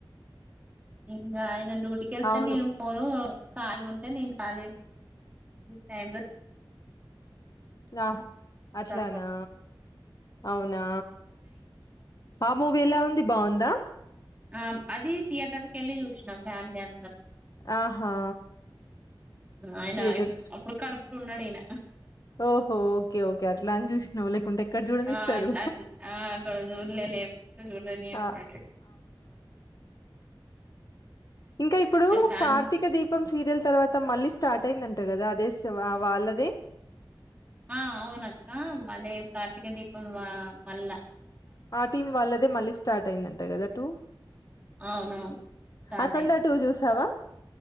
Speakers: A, on the right; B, on the left.
A: ఇంకా ఆయన డ్యూటీకి వెళ్తా
B: అవును
A: నేను ఫోను కాయగాంటే నేను కాలేం టై లో
B: ఆహా
A: చూస్తా
B: అట్లనా అవునా ఆ మూవీ ఎలా ఉంది బాగుందా
A: ఆ అది థియేటర్ కేళ్లి చూసినం ఫ్యామిలీ అంతా.
B: ఆహా
A: అయినా
B: థియేటర్
A: అప్పుడు కడూప్ న్నాడినా
B: ఓహో ఓకే ఓకే అట్లా అన్ చూసినావు లేకుంటే ఎక్కడ చూడనిస్తాడు
A: ఆ అట్ల అట్ల అ అక్కడ <unintelligible> లేవు
B: ఆ
A: <unintelligible>
B: ఇంక ఇప్పుడు
A: ఫ్యామిలీ
B: కార్తీక దీప్ ఇపం సీరియల్ తర్వాత మళ్ళీ స్టార్ట్ అయిందంట కదా అదే స్ వాళ్ళదే
A: ఆ అవునక్క అదే కార్తీక దీపం వా మళ్ళా
B: ఆ టీం వాళ్ళదే మళ్ళీ స్టార్ట్ అయిందంట గద టూ
A: అవునవును. స్టార్ట్
B: అఖండ
A: అయింది.
B: టూ చూసావా